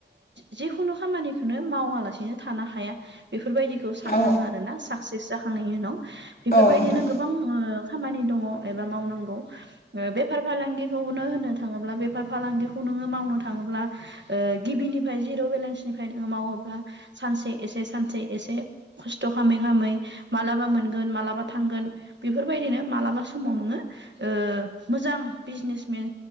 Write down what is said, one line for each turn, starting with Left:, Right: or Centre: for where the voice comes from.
Right: जिेखुनु खामानिखौनो मावालासिनो थानो ह बेफोरबायदिखौ सानखाो
Left: औ
Right: आरोना साक्सेस जाखांनायनि उनाव बेफोरबायदिनो
Left: औ नोंथां
Right: गोबां खामानि दङ एबा मावनांगौ बे बेफार फालांगिखौनो होननो थाङोब्ला बेफार फालांगिखौ नोङो मावनो थाङोब्ला ओ गिबिनिफ्राय जिर' बेलेन्सनिफ्राय नोङो मावोब्ला सानसे एसे-सानसे एसे खस्थ' खामै-खामै मालाबा मोनगोन मालाबा थांगोन बेफोरबायदिनो मालाबा समाव नोङो ओ मोजां बिजनेसमेन